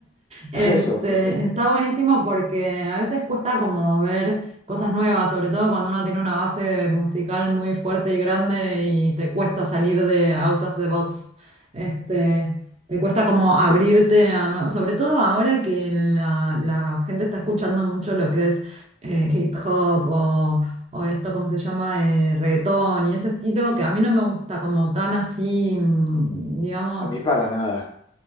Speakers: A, on the right; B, on the left.
A: Este,
B: <laughs> Eso, perfecto.
A: está buenísimo porque a veces cuesta como ver cosas nuevas, sobre todo cuando uno tiene una base musical muy fuerte y grande y te cuesta salir de out of the box. Este, te cuesta como
B: Sí,
A: abrirte a nue- sobre todo ahora que la, la gente está escuchando mucho lo que es eh, hip hop o, o esto, ¿cómo se llama? Eh, reggaetón y ese estilo que a mí no me gusta como tan así, mm, digamos
B: a mí para nada.